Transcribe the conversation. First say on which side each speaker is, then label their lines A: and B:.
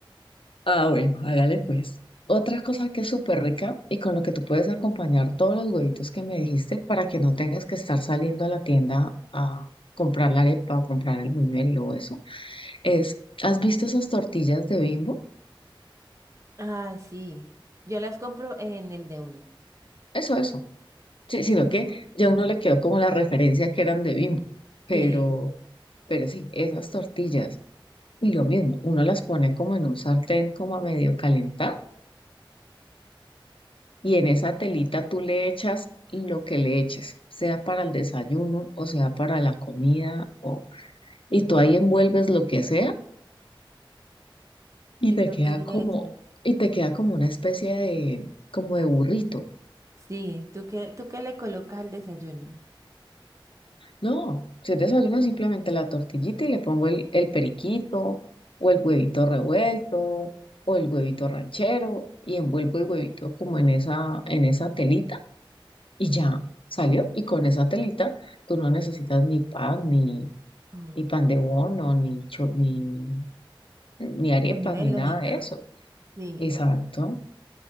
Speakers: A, on the left (about 75°); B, on the right (about 35°).
A: Ah, bueno, hágale pues. Otra cosa que es súper rica y con lo que tú puedes acompañar todos los huevitos que me dijiste para que no tengas que estar saliendo a la tienda a comprar la arepa o comprar el buñuelo o eso, es, ¿has visto esas tortillas de Bimbo?
B: Ah, sí. Yo las compro en el de uno.
A: Eso, eso. Sí, sino
B: Ajá.
A: que ya uno le quedó como la referencia que eran de Bimbo, pero,
B: Sí.
A: pero sí, esas tortillas. Y lo mismo, uno las pone como en un sartén como a medio calentar Y en esa telita tú le echas lo que le eches, sea para el desayuno o sea para la comida, o... y tú ahí envuelves lo que sea y
B: ¿Y
A: te
B: tú
A: queda
B: qué le
A: como,
B: echas?
A: y te queda como una especie de, como de burrito.
B: Sí. ¿Tú qué, tú qué le colocas al desayuno?
A: No, si es desayuno simplemente la tortillita y le pongo el, el periquito o el huevito revuelto o el huevito ranchero y envuelvo el huevito como en esa, en esa telita y ya salió. Y con esa telita tú no necesitas ni pan ni
B: Ni
A: ni pan de bono, ni, cho- ni, ni arepas,
B: buñuelo
A: ni nada
B: ni nada.
A: de eso.
B: Sí.
A: Exacto.